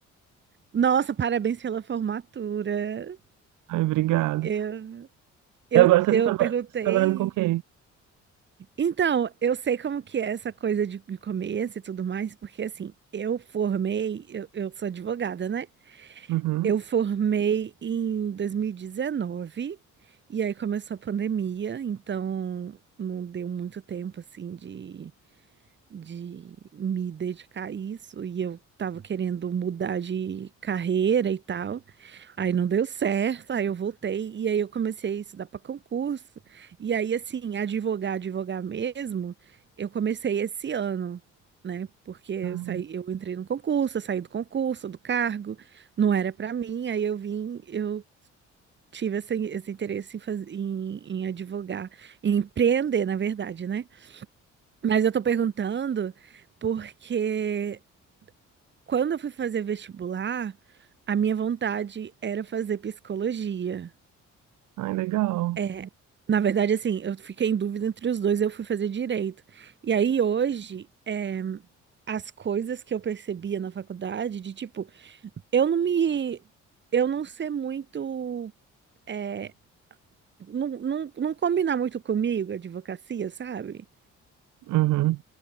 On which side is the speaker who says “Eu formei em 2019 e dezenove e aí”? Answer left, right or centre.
Right